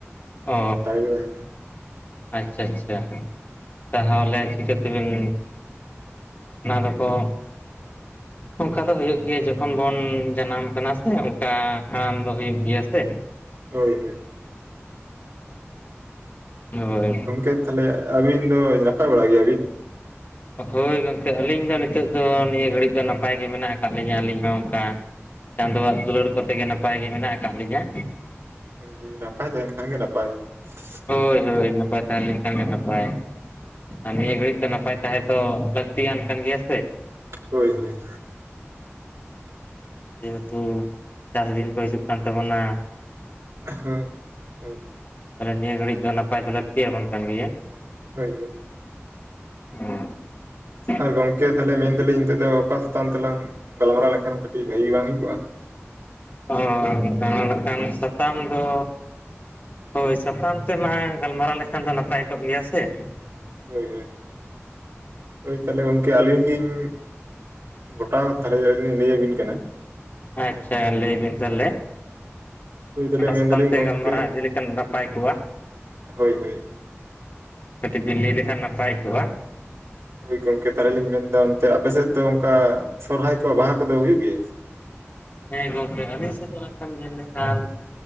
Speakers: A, on the left (about 40°); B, on the right (about 75°).
A: ᱚ
B: ᱫᱟᱲᱮ ᱛᱟᱦᱮᱸᱱᱟ
A: ᱟᱪᱪᱷᱟ ᱟᱪᱪᱷᱟ ᱛᱟᱦᱟᱣᱞᱮ ᱪᱤᱠᱟᱹ ᱛᱮᱵᱤᱱ ᱚᱱᱟ ᱫᱚᱠᱚ
B: <inaudible>
A: ᱚᱱᱠᱟ ᱫᱚ ᱦᱩᱭᱩᱜ ᱜᱮᱭᱟ ᱡᱚᱠᱷᱚᱱ ᱵᱚᱱ ᱡᱟᱱᱟᱢ ᱟᱠᱟᱱᱟ ᱥᱮ ᱚᱱᱠᱟ ᱦᱟᱲᱟᱢ ᱫᱚ ᱦᱩᱭᱩᱜ ᱜᱮᱭᱟ ᱥᱮ ᱾
B: ᱦᱳᱭ ᱦᱳᱭ
A: ᱦᱳᱭ
B: ᱜᱚᱝᱠᱮ ᱛᱟᱦᱞᱮ ᱟᱹᱵᱤᱱ ᱫᱚ ᱱᱟᱯᱟᱭ ᱵᱟᱲᱟ ᱜᱮᱭᱟ ᱵᱤᱱ?
A: ᱦᱳᱭ ᱜᱚᱝᱠᱮ ᱟᱹᱞᱤᱧ ᱫᱚ ᱱᱤᱛᱚᱜ ᱫᱚ ᱱᱤᱭᱟᱹ ᱜᱷᱟᱹᱲᱤᱠ ᱫᱚ ᱱᱟᱯᱟᱭ ᱜᱮ ᱢᱮᱱᱟᱜ ᱟᱠᱟᱫ ᱞᱤᱧᱟᱹ ᱟᱹᱞᱤᱧ ᱦᱚᱸ ᱚᱱᱠᱟ ᱪᱟᱸᱫᱚ ᱣᱟᱜ ᱫᱩᱞᱟᱹᱲ ᱠᱚᱛᱮ ᱜᱮ ᱱᱟᱯᱟᱭ ᱜᱮ ᱢᱮᱱᱟᱜ ᱟᱠᱟᱜ ᱞᱤᱧᱟ ᱾
B: ᱦᱩᱸ ᱱᱟᱯᱟᱭ ᱛᱟᱦᱮᱱ ᱠᱷᱟᱱ ᱜᱮ ᱱᱟᱯᱟᱭ ᱾
A: ᱦᱳᱭ ᱦᱳᱭ ᱱᱟᱯᱟᱭ ᱛᱟᱦᱮᱱ ᱠᱷᱟᱱᱜᱮ ᱱᱟᱯᱟᱭ ᱟᱨ ᱱᱤᱭᱟᱹ ᱜᱷᱟᱹᱲᱤᱠ ᱫᱚ ᱱᱟᱯᱟᱭ ᱛᱟᱦᱮᱸ ᱫᱚ ᱞᱟᱹᱠᱛᱤᱭᱟᱱ ᱠᱟᱱ ᱜᱮᱭᱟ ᱥᱮ ᱾
B: ᱦᱳᱭ ᱦᱳᱭ
A: ᱡᱮ ᱦᱩᱛᱩ ᱪᱟᱥ ᱫᱤᱱ ᱠᱚ ᱦᱤᱡᱩᱜ ᱠᱟᱱ ᱛᱟᱵᱚᱱᱟ ᱾
B: ᱦᱳᱭ ᱦᱳᱭ
A: ᱛᱟᱦᱞᱮ ᱱᱤᱭᱟᱹ ᱜᱷᱟᱹᱲᱤᱡ ᱫᱚ ᱱᱟᱯᱟᱭ ᱫᱚ ᱞᱟᱹᱠᱛᱤ ᱭᱟᱵᱚᱱ ᱠᱟᱱ ᱜᱮᱭᱟ ᱾
B: ᱦᱳᱭ ᱦᱳᱭ
A: <unintelligible>
B: ᱟᱨ ᱜᱚᱝᱠᱮ ᱛᱟᱦᱞᱮ ᱢᱮᱱ ᱮᱫᱟᱞᱤᱧ ᱱᱤᱛᱚᱜ ᱫᱚ ᱚᱠᱟ ᱥᱟᱛᱟᱢ ᱛᱮᱞᱟᱝ ᱜᱟᱞᱢᱟᱨᱟᱣ ᱞᱮᱠᱷᱟᱱ ᱠᱟᱹᱴᱤᱡ ᱜᱟᱹᱦᱤ ᱵᱟᱝ ᱦᱩᱭ ᱠᱚᱜ-ᱟ?
A: ᱚᱦᱚ <unintelligible> ᱥᱟᱛᱟᱢ ᱫᱚ ᱦᱳᱭ ᱥᱟᱛᱟᱢ ᱛᱮᱢᱟ ᱜᱟᱞᱢᱟᱨᱟᱣ ᱞᱮᱠᱷᱟᱱ ᱫᱚ ᱱᱟᱯᱟᱭ ᱠᱚᱜ ᱜᱮᱭᱟ ᱥᱮ ᱾
B: ᱦᱳᱭ ᱦᱳᱭ ᱛᱟᱦᱞᱮ ᱜᱚᱝᱠᱮ ᱟᱹᱞᱤᱧ ᱞᱤᱧ ᱜᱚᱴᱟ ᱛᱟᱦᱞᱮ ᱟᱹᱞᱤᱧ ᱞᱤᱧ ᱞᱟᱹᱭᱟᱹᱵᱤᱱ ᱠᱟᱱᱟ ᱾
A: ᱟᱪᱪᱷᱟ ᱞᱟᱹᱭ ᱵᱤᱱ ᱛᱟᱦᱞᱮ,
B: ᱦᱳᱭ ᱛᱟᱦᱚᱞᱮ
A: <unintelligible>
B: ᱢᱮᱱᱫᱟᱞᱤᱧ
A: ᱥᱟᱛᱟᱢ ᱛᱮ
B: ᱜᱚᱝᱠᱮ
A: ᱜᱟᱞᱢᱟᱨᱟᱣ ᱤᱫᱤ ᱞᱮᱠᱷᱟᱱ ᱱᱟᱯᱟᱭ ᱠᱚᱜ-ᱟ?
B: ᱦᱳᱭ ᱦᱳᱭ
A: ᱠᱟᱹᱴᱤᱡ ᱵᱤᱱ ᱞᱟᱹᱭ ᱞᱮᱠᱷᱟᱱ ᱱᱟᱯᱟᱭ ᱠᱚᱜ-ᱟ,
B: ᱳᱭ ᱜᱚᱝᱠᱮ ᱛᱟᱦᱚᱞᱮ ᱞᱤᱧ ᱢᱮᱱ ᱫᱟ ᱚᱱᱛᱮ ᱟᱯᱮ ᱥᱮᱫ ᱫᱚ ᱚᱱᱠᱟ ᱥᱚᱨᱦᱟᱭ ᱠᱚ ᱵᱟᱦᱟ ᱠᱚᱫᱚ ᱦᱩᱭᱩᱜ ᱜᱮᱭᱟ?
A: ᱦᱮᱸ ᱜᱚᱢᱠᱮ ᱟᱞᱮ ᱥᱮᱫ ᱫᱚ ᱱᱟᱜ-ᱠᱷᱟᱱ ᱧᱮᱞ ᱞᱮᱠᱷᱟᱱ